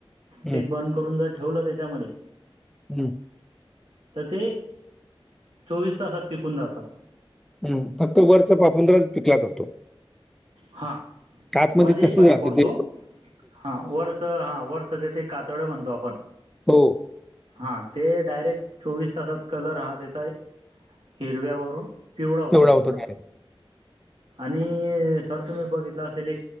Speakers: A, in the centre; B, on the right (about 70°).
A: हं,
B: ते बन द करून जर ठेवलं त्याच्यामध्ये
A: हम्म
B: तर ते चोवीस तासात पिकून जातात.
A: हम्म फक्त वरचा पापुंद्राच पिकला जातो.
B: हा
A: आतमध्ये
B: मध्ये
A: तसंच
B: ही फरक
A: राहतं
B: पडतो.
A: ते
B: हा वरच हा वरच जे ते कातड म्हणतो आपण.
A: हो
B: हां ते डायरेक्ट चोवीस तासात कलर हा त्याचा हिरव्यावरून. पिवळा होत
A: तेवढा
B: असतो
A: होतो डायरेक्ट.
B: आणि हे जर तुम्ही बघितलं असेल एक